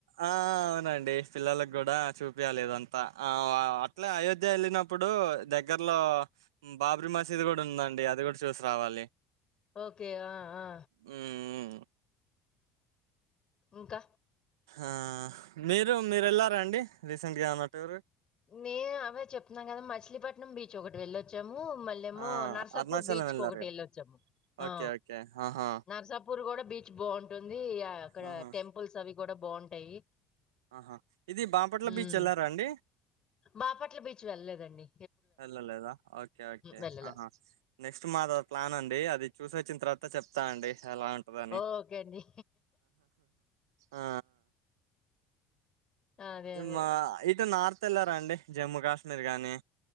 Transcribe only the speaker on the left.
ఓకే ఆ ఆ
ఇంకా
నేను అవే చెప్తున్నా కదా మచిలీపట్నం బీచ్ ఒకటి వెళ్ళొచ్చాం మళ్ళేమో
నర్సాపూర్
బీచ్
కు ఒకటి
వెళ్ళొచ్చాము
ఆ
నర్సాపుూర్ కూడా బీచ్ బాగుంటుంది అక్కడ
టెంపుల్స్ అవి కూడా బాగుంటాయి
ఉమ్
బాపట్ల బీచ్ వెళ్లలేదండి
వెళ్ళలే
ఓకే అండి
అదే అదే